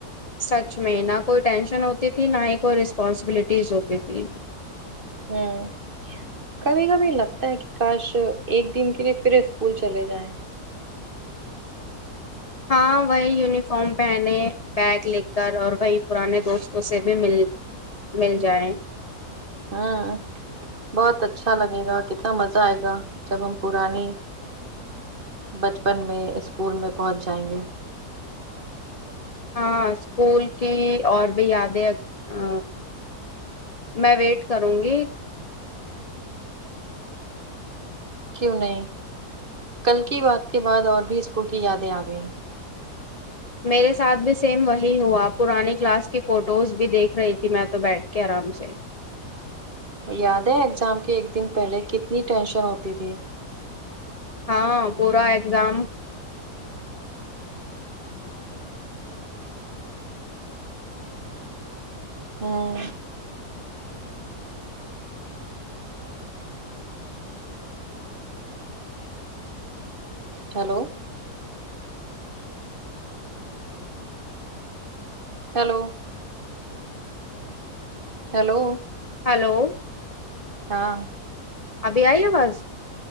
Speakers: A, on the left; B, on the right.
A: سچ میں نہ کوئی ٹینشن ہوتی تھی نہ ہی کوئی رسپانسبلٹیز ہوتی تھی
B: ہوں کبھی کبھی لگتا ہے کہ کاش ایک دن کے لیے پھر اسکول چلے جائیں
A: ہاں وہی یونیفام پہنے بیگ لے کر اور وہی پرانے دوستوں سے بھی مل مل جائیں
B: آں بہت اچھا لگے گا کتنا مزہ آئے گا جب ہم پرانے بچپن میں اسکول میں پہنچ جائیں گے
A: ہاں اسکول کی اور بھی یادیں آ میں ویٹ کروں گی
B: کیوں نہیں کل کی بات کے بعد اور بھی اسکول کی یادیں آ گئیں
A: میرے ساتھ بھی سیم وہی ہوا پرانی کلاس کی فوٹوز بھی دیکھ رہی تھی میں تو بیٹھ کے آرام سے
B: یاد ہے ایگزام کے ایک دن پہلے کتنی ٹینشن ہوتی تھی
A: ہاں پورا اگزام
B: ہوں ہیلو ہیلو ہیلو
A: ہلو
B: ہاں
A: ابھی آئی آواز